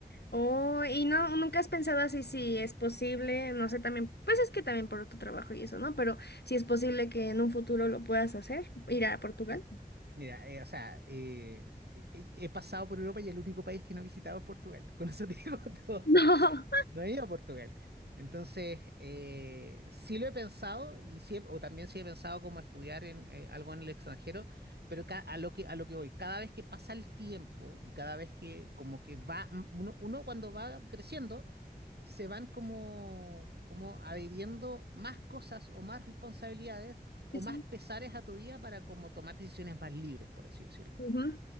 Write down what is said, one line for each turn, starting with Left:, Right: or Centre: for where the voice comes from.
Left: Oh, y no, nunca has pensado así si es posible, no sé, también, pues es que también por tu trabajo y eso, ¿no? Pero si es posible que en un futuro lo puedas hacer, ir a Portugal. <laughs>
Right: Mira, eh, o sea, eh, he, he pasado por Europa y el único país que no he visitado es Portugal. <laughs> Con eso te digo <laughs> todo.
Left: No.
Right: No he ido a Portugal. Entonces, eh, sí lo he pensado y sí he- o también sí he pensado como estudiar en, eh, algo en el extranjero, pero ca- a lo que, a lo que voy, cada vez que pasa el tiempo y cada vez que como que va, uno, uno cuando va creciendo se van como, como adhiriendo más cosas o más responsabilidades o
Left: Sí,
Right: más
Left: sí.
Right: pesares a tu vida para como tomar decisiones más libres, por así decirlo.
Left: Ujú,